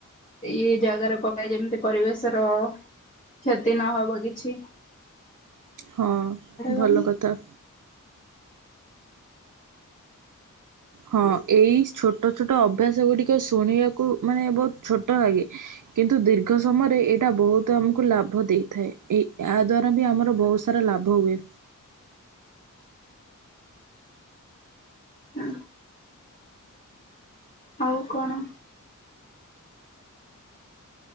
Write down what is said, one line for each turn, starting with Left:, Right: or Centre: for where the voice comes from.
Left: ଏଇ ଜାଗାରେ ପକାଏ ଯେମିତି ପରିବେଶର କ୍ଷତି ନ ହବ କିିଛି।
Right: ହଁ
Left: ଗଲେ
Right: ଭଲ କଥା।
Left: <inaudible>
Right: ହଁ ଏଇ ଛୋଟ ଛୋଟ ଅଭ୍ୟାସ ଗୁଡିକ ଶୁଣିବାକୁ ମାନେ ବହୁତ ଛୋଟ ଲାଗେ କିନ୍ତୁ ଦୀର୍ଘ ସମୟରେ ଏଇଟା ବହୁତ ଆମକୁ ଲାଭ ଦେଇଥାଏ ଏ ଏହା ଦ୍ଵାରା ବି ଆମର ବହୁ ସା ରା ଲାଭ ହୁଏ।
Left: ହୁଁ। ଆଉ କଣ।